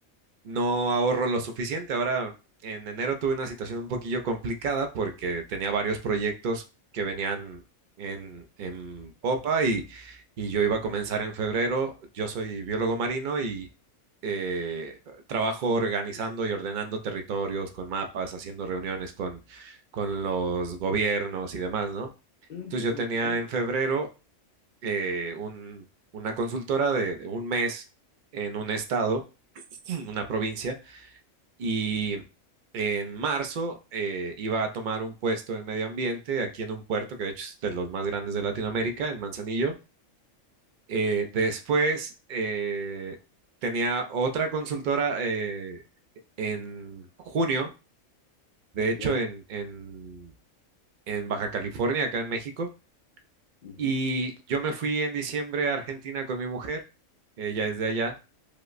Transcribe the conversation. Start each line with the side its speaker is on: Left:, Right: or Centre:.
Right: no ahorro lo suficiente. Ahora, en enero tuve una situación un poquillo complicada porque tenía varios proyectos que venían en, en popa y, y yo iba a comenzar en febrero. Yo soy biólogo marino y eh, trabajo organizando y ordenando territorios con mapas, haciendo reuniones con, con los gobiernos y demás, ¿no?
Left: Mm,
Right: Entonces
Left: Interesante,
Right: yo tenía
Left: ya.
Right: en febrero eh, un- una consultora de de un mes en un estado, <clears throat> una provincia, y en marzo eh, iba a tomar un puesto en medio ambiente aquí en un puerto que de hecho es de los más grandes de Latinoamérica, en Manzanillo. Eh, después eh, tenía otra consultora eh, en junio, de
Left: Ya.
Right: hecho en, en, en Baja California, acá en México.
Left: ujú,
Right: Y yo me fui en diciembre a Argentina con mi mujer, ella es de allá,